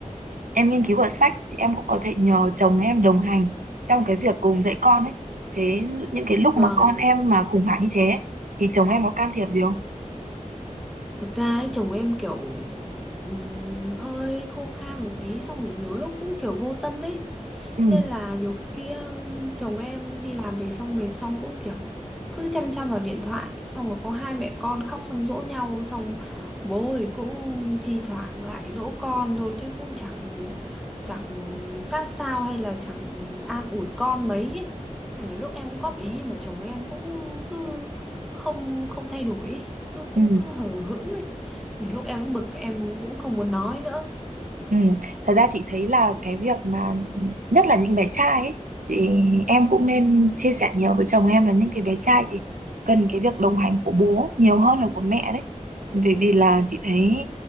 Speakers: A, on the right; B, in the centre.
A: em nghiên cứu ở sách thì em cũng có thể nhờ chồng em đồng hành trong cái việc cùng dạy con ấy thế những cái lúc
B: vâng.
A: mà con em mà khủng hoảng như thế ấy, thì chồng em có can thiệp gì không
B: Thực ra ấy, chồng em kiểu ừm, hơi khô khan một tí xong rồi nhiều lúc cũng kiểu vô tâm ấy.
A: Ừ,
B: Nên là nhiều khi ừm, chồng em đi làm về xong mệt xong cũng kiểu cứ chăm chăm vào điện thoại. Xong rồi có hai mẹ con khóc xong dỗ nhau xong bố thì cũng thi thoảng lại dỗ con thôi chứ cũng chẳng chẳng sát sao hay là chẳng an ủi con mấy ấy. Là Nhiều lúc em cũng góp ý nhưng mà chồng em cũng cứ không không thay đổi ấy. cứ
A: ừ.
B: cũng cứ hờ hững ấy nhiều lúc em bực em cũng không muốn nói nữa
A: Ừ, thật ra chị thấy là cái việc mà nhất là những bé trai ấy, thì em cũng nên chia sẻ nhiều với chồng em là những cái bé trai thì cần cái việc đồng hành của bố nhiều hơn là của mẹ đấy. Bởi vì là chị thấy